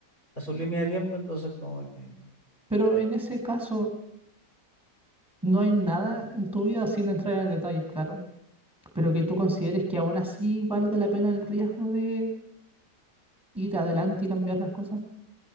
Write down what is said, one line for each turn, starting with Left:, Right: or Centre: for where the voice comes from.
Left: a su línea de tiempo, entonces como que,
Centre: pero en ese caso no hay nada en tu vida sin entrar en detalles, claro, pero
Left: ujú.
Centre: que tú consideres que aún así valga la pena el riesgo de ir adelante y cambiar las cosas.